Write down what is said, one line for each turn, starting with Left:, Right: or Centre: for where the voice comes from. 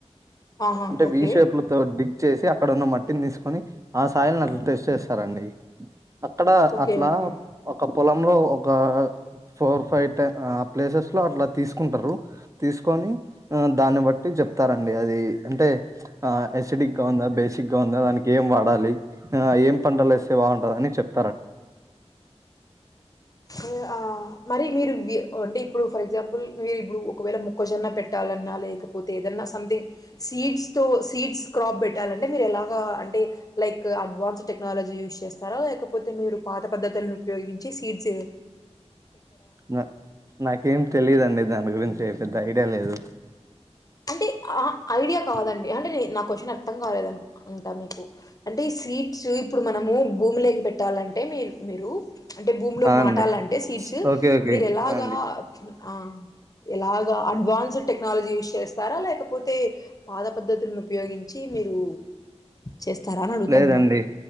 Left: ఆహా
Right: అంటే
Left: ఓకే
Right: విషేపులతో డిగ్ చేసి అక్కడ ఉన్న మట్టిని తీసుకొని ఆ సాయిల్ని అట్ల టెస్ట్ చేస్తారండి అక్కడ
Left: ఓకే
Right: అట్లా
Left: ఓకే
Right: ఒక పొలంలో ఓ గా ఫోర్ ఫైవ్ టా ఆ ప్లేసెస్ లో అట్లా తీసుకుంటారు తీస్ కోని ఆ దాన్ని బట్ టు చెప్తారండి అది అంటే ఆ ఆసిడిక్ గా ఉందా బేసిక్ గా ఉందా దాని ఏం వాడాలి ఆ ఏం పంటలేస్తే బావుంటాదని చెప్
Left: ఓ ఆ మరి మీరు ఉ అంటే ఇప్పుడు ఫర్ ఎగ్జాంపుల్ మీరు ఇప్పుడు ఒకవేళ మొక్కజొన్న పెట్టాలన్నా లేకపోతే ఏదన్నా సంథింగ్ సీడ్స్ తో సీడ్స్ క్రాప్ పెట్టాలంటే మీరు ఎలాగా అంటే లైక్ అడ్వాన్స్ టెక్నాలజీ యూజ్ చేస్తారా లేకపోతే మీరు పాత పద్ధతులును పయోగించి సీడ్స్ ఏ
Right: నా నాకేం తెలీదండి దాని గురించి ఐతే పెద్ద ఐడియా లేదు
Left: అంటే ఆ ఐడియా కాదండి అంటే పి నా క్వశ్చన్ అర్థం కాలేదునుక్ అంటా మీకు అంటే ఈ సీడ్స్ ఇప్పుడు మనము భూమి లేకి పెట్టాలంటే మీరు అంటే భూమిలోకి
Right: ఆ
Left: నాటాలంటే
Right: అండి
Left: సీడ్స్
Right: ఓకే ఓకే
Left: మీరు ఎలాగా
Right: ఆ అండి
Left: ఉం ఆ ఇలాగ అడ్వాన్సడ్ టెక్నాలజీ యూస్ చెస్ స్తారా లేకపోతే పాత పద్ధతులను ఉపయోగించి మీరు చేస్తారా అని అడుగుతా
Right: లేదండి
Left: ఉన్నా?